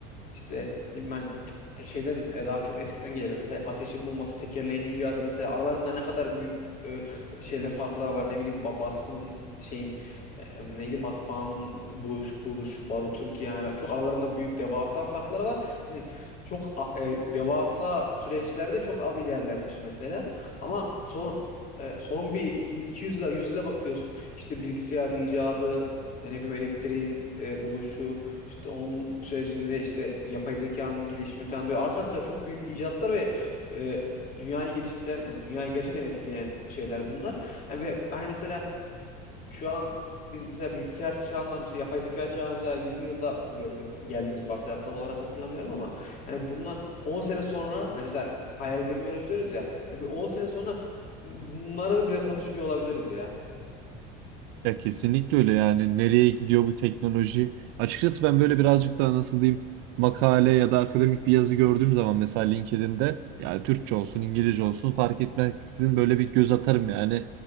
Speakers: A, on the left (about 40°); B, on the right (about 60°).
A: işte değil mi, hani t- e, şeyden e, daha çok eskiden gelelim. Mesela ateşin bulması, tekerleğin icadı mesela aralarında ne kadar büyük e, şeyler farklar var ne bileyim ba- baskının şeyin e, em, neydi matbaanın buluş, buluşu barutun ki yani çok aralarında büyük devasa farkları var. Hani çok a- e, devasa süreçlerde çok az ilerlenmiş mesela. Ama son e, son bir 200 yıla 100 yıla bakıyorsun. İşte bilgisayarın icadı, e, ne bileyim elektriğin e, buluşu işte onun sürecinde işte yapay zekanın gelişimi falan böyle arka arkaya çok büyük icatlar ve e, dünyayı geliştiren, yani dünyayı gerçekten etkileyen şeyler bunlar. Yani ve hani mesela şu an biz mesela bilgisayar çağından işte yapay zeka çağına mesela 20 yılda gördüm geldiğimizi varsayalım tam olarak hatırlamıyorum ama yani bundan 10 sene sonra hani mesela hayal edemiyoruz diyoruz ya. Yani bir 10 sene sonra bunları bile konuşmuyor olabiliriz ya.
B: Ya kesinlikle öyle yani nereye gidiyor bu teknoloji? Açıkçası ben böyle birazcık daha nasıl diyeyim makale ya da akademik bir yazı gördüğüm zaman mesela LinkedIn'de yani Türkçe olsun İngilizce olsun fark etmeksizin böyle bir göz atarım yani.